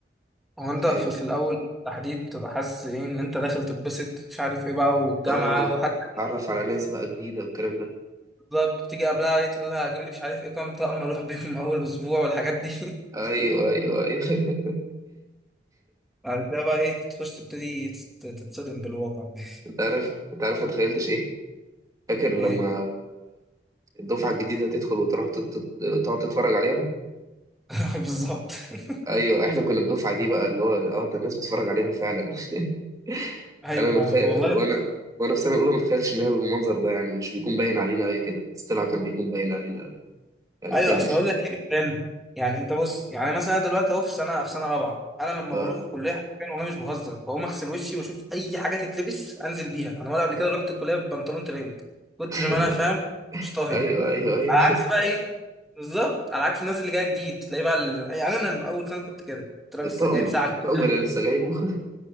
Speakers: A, in the centre; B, on the right (about 20°).
A: هو انت
B: فاهم
A: في, في الأول بالتحديد بتبقى حاسس ايه ان انت داخل تتبسط مش عارف ايه بقى والجامعة
B: اه
A: وحتى
B: اتعرف على ناس بقى جديدة والكلام ده
A: بالظبط بتيجي قبلها إيه تقول لها هجيب لي مش عارف ايه كام طقم اروح بيهم <laughs> أول أسبوع والحاجات دي <laughs>
B: ايوه ايوه ايوه <laughs>
A: بعد كده بقى ايه تخش تبتدي تت- تتصدم بالواقع <laughs>
B: انت عارف انت عارف ما تخيلتش ايه فاكر لما
A: ايه
B: الدفعة الجديدة تدخل وتروح تت- تت- تقعد تتفرج عليها
A: <laughs> بالظبط <laughs>
B: أيوة إحنا كنا الدفعة دي بقى اللي هو آه ده الناس بتتفرج علينا فعلا <laughs>
A: ايوه
B: أنا متخيل
A: والله
B: وأنا وأنا في سنة أولى ما اتخيلش إن هي بالمنظر ده يعني مش بيكون باين علينا أوي كده بس طلع كان بيكون باين علينا أوي يعني
A: ايوه
B: بجد
A: اصل اقول لك ايه فاهم يعني انت بص يعني مثلا أنا دلوقتي اهو في سنه في سنه رابعه انا لما
B: آه
A: بروح الكليه حرفيا والله مش بهزر بقوم اغسل وشي واشوف اي حاجه تتلبس انزل بيها انا ولا قبل كده رحت الكليه ببنطلون ترنج كتر
B: <laughs>
A: ما انا فاهم مش طاهي
B: أيوة أيوة أيوة
A: على عكس بقى ايه بالظبط على عكس الناس اللي جايه جديد تلاقي بقى ال... يعني انا لما اول سنه كنت كده كنت لابس
B: الطقم
A: جايب ساعه
B: الطقم
A: جديدة.
B: اللي لسه جايبه